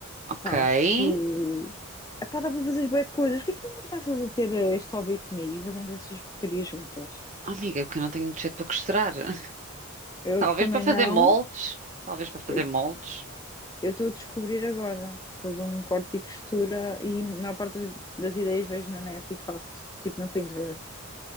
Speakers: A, on the right; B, on the left.
A: ok.
B: faço... Epá, dá para fazer bué coisas, o que é que não começas a ter eh, este hobby comigo e fazemos essas porcarias juntas?
A: Oh, amiga, é porque eu não tenho jeito para costurar. <laughs>
B: Eu
A: Talvez
B: também
A: para fazer
B: não.
A: moldes. Talvez para fazer
B: Eu
A: moldes.
B: estou a descobrir agora. Todo um corte e costura e a maior parte das das ideias vejo na net e faço. Tipo no Pinterest.